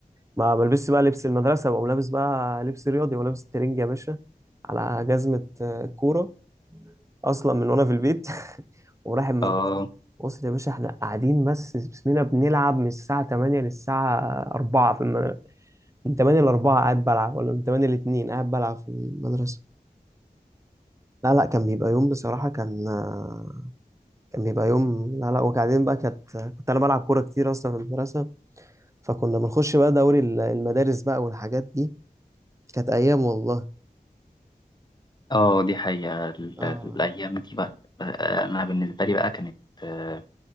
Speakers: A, on the right; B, on the left.
A: ما بلبسش بقى لبس المدرسه بقوم لابس بقى لبس رياضي ولابس ترنج يا باشا على جزمه آه، كوره اصلا من وانا في البيت <laughs> ورايح المدرسه
B: اه
A: وصل يا باشا احنا قاعدين بس بسمنا بنلعب من الساعه 8 للساعه 4 في المدرسه من 8 ل 4 قاعد بلعب ولا من 8 ل 2 قاعد بلعب في المدرسه لا لا كان بيبقى يوم بصراحه كان آه، كان بيبقى يوم لا لا وبعدين بقى كانت كنت انا بلعب كوره كتير اصلا في المدرسه فكنا بنخش بقى دوري ال- المدارس بقى والحاجات دي كانت أيام والله
B: اه دي حقيقه ال-
A: آه
B: الايام دي بقى آه، انا بالنسبه لي بقى كانت آه،